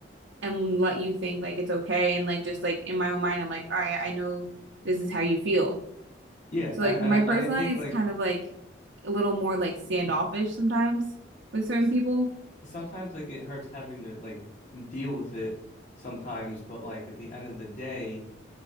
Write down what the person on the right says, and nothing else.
and let you think like it's okay and like just like in my own mind I'm like all right I know this is how you feel
so
like
my
personality
is
kind of like a little more like standoffish sometimes with certain
people